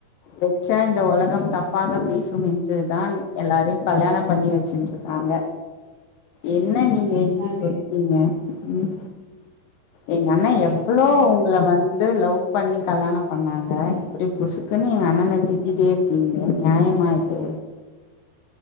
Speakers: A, on the left (about 80°); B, on the right (about 85°).
A: வெச் இந்த இந்த ஓலகம் தப்பாக பேசுமே என்று தான் எல்லாரையு கல்யாண பண்ணி வைச் வெச்சின்ருக்காங்க என் என்ன நீங்க இப்டி
B: அது
A: சு சொல்டீங்க உம் எங்க அண்ண
B: அது
A: எவ்ளோ
B: என்னமோ கரெக்ட்
A: உங்கள
B: தா
A: வந்து லவ் பண்ணி கல்யாணம் பண்ணாங்க இப்டி புசுக்குன்னு எங்க அண்ணண திட்டிட்டே இருக்கீங்கலே நியாயமா இது